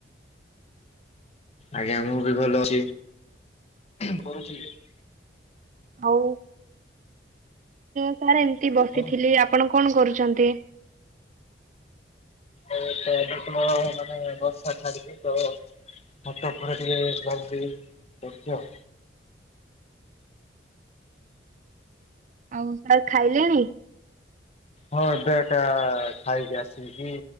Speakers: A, on the left; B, on the right.
A: ଆଜ୍ଞା ମୁଁ ବି ଭଲ ଅଛି। <unintelligible>
B: ଆଉ ସାର୍ ଏମିତି ବସିଥିଲି।
A: ତ
B: ଆପଣ କଣ କରୁଛନ୍ତି?
A: ଆଉ ତ ଏବେ ତମ ମାନେ ବର୍ଷା ଛାଡିଛି ତ। ଖଟ ଉପରେ ଟିକେ <unintelligible> ବସିଛି ଆଉ।
B: ଆଉ ସାର୍ ଖାଇଲେଣି?
A: ହଁ ଏବେ ଏଟା ଖାଇକି ଆସିକି